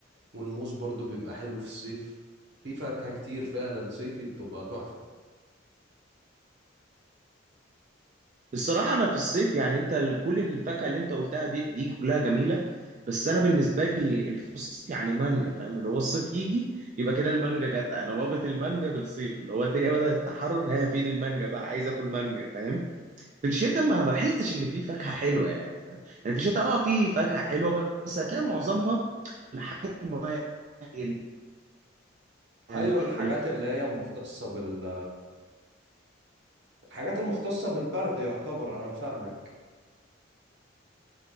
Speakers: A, on the right; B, on the right.
A: والموز برضو بيبقى حلو في الصيف في فاكهة كتير فعلا صيفي بتبقى تحفة
B: الصراحة أنا في الصيف يعني أنت ال- كل الفاكهة اللي أنت قلتها دي دي كلها جميلة بس أنا بالنسبة لي الصيف يعني مانجا فاهم اللي هو الصيف يجي يبقى كده المانجا جت أنا رابط المانجا بالصيف اللي هو الدنيا بدأت تتحرر هي فين المانجا بقى عايز آكل مانجا فاهم في الشتاء ما بحسش إن في فاكهة حلوة يعني فاهم يعني في الشتاء أه في فاكهة حلوة بس هتلاقي معظمها الحاجات المواد ال-
A: ايوه
B: آه،
A: الحاجات
B: ال-
A: اللي هي مختصة بال الحاجات المختصة بالبرد يعتبر انا فاهمك